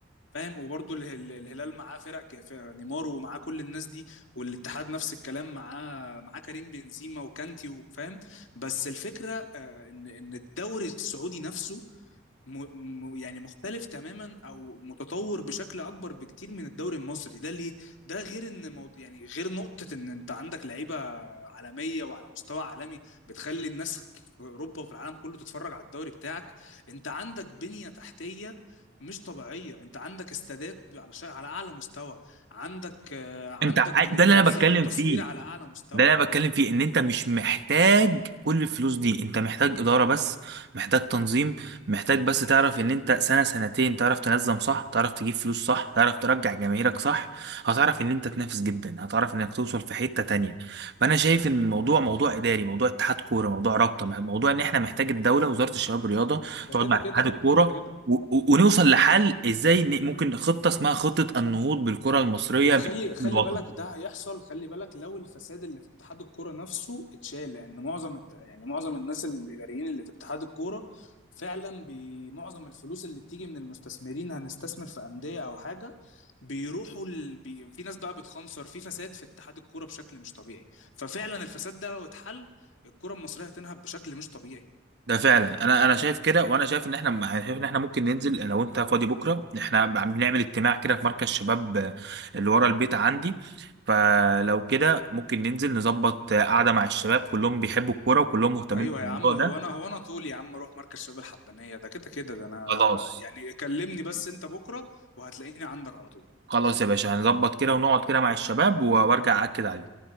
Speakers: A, on the left; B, on the right.
A: فاهم وبرضه اله- اله- الهلال معاه فرق ك- ف- نيمار ومعاه كل الناس دي والاتحاد نفس الكلام معاه معاه كريم بنزيما وكانتي و- فاهم بس الفكره آه، ان ان الدوري السعودي نفسه م... م... يعني مختلف تماما او متطور بشكل اكبر بكتير من الدوري المصري ده ليه ده غير ان موضوع يعني غير نقطة ان انت عندك لعيبة عالمية وعلى مستوى عالمي بتخلي الناس في اوروبا وفي العالم كله تتفرج على الدوري بتاعك انت عندك بنية تحتية مش طبيعية انت عندك استادات على شا... على اعلى مستوى عندك آه، عندك
B: انت ع- ده اللي
A: تنظيم
B: انا بتكلم
A: وتصوير
B: فيه
A: على اعلى مستوى
B: ده اللي انا بتكلم فيه ان انت مش محتاج كل الفلوس دي انت محتاج اداره بس محتاج تنظيم محتاج بس تعرف ان انت سنه سنتين تعرف تنظم صح تعرف تجيب فلوس صح تعرف ترجع جماهيرك صح هتعرف ان انت تنافس جدا هتعرف انك توصل في حته تانية فانا شايف ان الموضوع موضوع اداري موضوع اتحاد كوره موضوع رابطه موضوع ان احنا محتاج الدوله وزاره الشباب والرياضه
A: ده
B: تقعد
A: كده
B: مع اتحاد
A: كده
B: الكوره
A: ده كده كده
B: و- و- ونوصل لحل ازاي ن- ممكن خطه اسمها خطه النهوض بالكره المصريه
A: وخلي خلي
B: من الوطن
A: بالك ده هيحصل خلي بالك لو الفساد اللي في اتحاد الكوره نفسه اتشال لان معظم الت- يعني معظم الناس الاداريين اللي في اتحاد الكوره فعلا بي معظم الفلوس اللي بتيجي من المستثمرين هنستثمر في انديه او حاجه بيروحوا ال... بي... في ناس بقى بتخنصر في فساد في اتحاد الكوره بشكل مش طبيعي ففعلا الفساد ده لو اتحل الكوره المصريه هتنهب بشكل مش طبيعي
B: ده فعلا انا انا شايف كده وانا شايف ان احنا أنا شايف ان احنا ممكن ننزل لو انت فاضي بكره احنا عم بنعمل اجتماع كده في مركز شباب آه، اللي ورا البيت عندي فلو كده ممكن ننزل نظبط آه، قعده مع الشباب كلهم بيحبوا الكوره وكلهم مهتمين
A: ايوه
B: بالموضوع
A: يا عم
B: ده
A: هو انا هو انا طول يا عم اروح مركز شباب الحبانيه ده كده كده ده انا
B: خلاص
A: يعني كلمني بس انت بكره وهتلاقيني عندك على طول
B: خلاص يا باشا هنظبط كده ونقعد كده مع الشباب و- وارجع اكد عليه